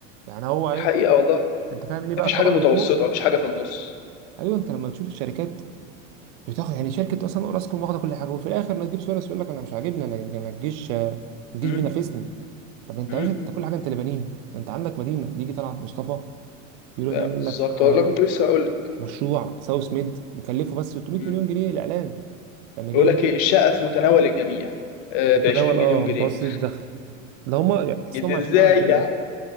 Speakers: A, on the right (about 60°); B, on the left (about 60°).
A: يعني هو
B: دي
A: ايه
B: حقيقة والله
A: انت فاهم ليه بقى
B: مفيش
A: الطبقه
B: حاجة متوسطة
A: اللي فوق
B: مفيش حاجة في النص
A: ايوه انت لما تشوف الشركات بتاخد يعني شركة أصلا أوراسكوم واخدة كل حاجة وفي الآخر نجيب سواريز يقول لك أنا مش عاجبني أنا أنا الجيش الجيش
B: امم
A: بينافسني طب أنت
B: امم
A: يا باشا أنت كل حاجة أنت اللي بانيها أنت عندك مدينة ديجي طلعت مصطفى يروح
B: ده
A: يعمل
B: بالظبط
A: لك آه،
B: والله كنت لسه هقول لك
A: مشروع ساوث ميد مكلفه بس 600
B: مم.
A: مليون جنيه الإعلان لما
B: يقول
A: جايب
B: لك
A: لي
B: ايه الشقة في متناول الجميع ب
A: متناول
B: 20 مليون
A: أه
B: جنيه
A: متوسط الدخل ده هما يعني تحس
B: ده
A: إن هما عايشين
B: ازاي
A: في عالم تاني
B: يعني